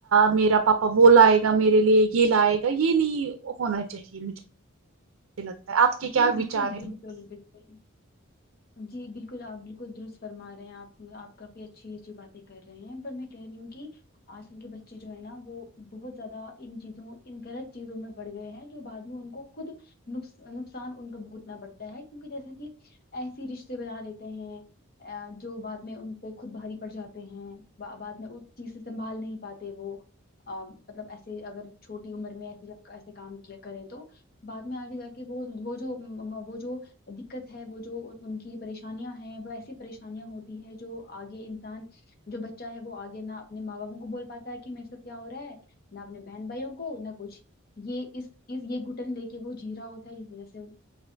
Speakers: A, on the right; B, on the left.
A: میرا پاپا وہ لائے گا میرے لیے یہ لائے گا یہ نہیں ہونا چاہیے مجھے لگتا ہے آپ کے کیا
B: جی بالکل
A: وچار
B: بالکل
A: ہے
B: بالکل جی بالکل آپ بالکل درست فرما رہے ہیں آپ آپ کافی اچھی اچھی باتیں کر رہے ہیں پر میں کہہ رہی ہوں کہ آج کل کے بچے جو ہے نا وہ بہت زیادہ ان چیزوں ان غلط چیزوں میں بڑ گئے ہیں جو بعد میں ان کو خود نقصان نقصان ان کو بھگتنا پڑتا ہے کیونکہ جیسے کہ ایسی رشتے بنا لیتے ہیں جو بعد میں ان پہ خود بھاری پڑ جاتے ہیں بعد میں اس چیز سے سنبھال نہیں پاتے وہ مطلب ایسے اگر چھوٹی عمر میں ایسی ایسے کام کیا کرے تو بعد میں آگے جا کے وہ وہ جو وہ جو دکت ہے وہ جو ان کی پریشانیاں ہیں وہ ایسی پریشانیاں ہوتی جو آگے انسان جو بچہ ہے وہ آگے نہ اپنے ماں باپوں کو بول پاتا ہے کہ میں سات کیا ہو رہا ہے نہ اپنے بہن بھائیوں کو نہ کچھ یہ اس یہ گھٹن لے کے وہ جیرا ہوتا جس وجہ سے